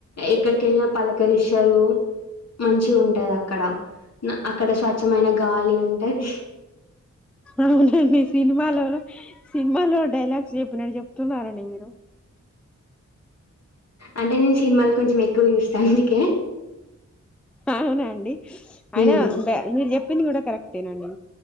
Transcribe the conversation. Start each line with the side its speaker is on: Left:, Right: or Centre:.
Left: ఎక్కడికి వెళ్ళినా పలకరిస్సారు మంచిగ ఉంటది అక్కడ అక్కడ స్వచ్ఛమైన గాలి ఉంటాయి
Centre: అవునండి సినిమాలో సినిమాలో డైలాగ్స్ చెప్పినట్టు చెప్తున్నారండి మీరు
Left: అంటే నేను సినిమాలు కొంచెం ఎక్కువ చూస్తాను అందుకే
Centre: అవునా అండి అయిన
Left: ఉమ్
Centre: బె మీరు చెప్ ప్పింది కూడా కరెక్టేనండి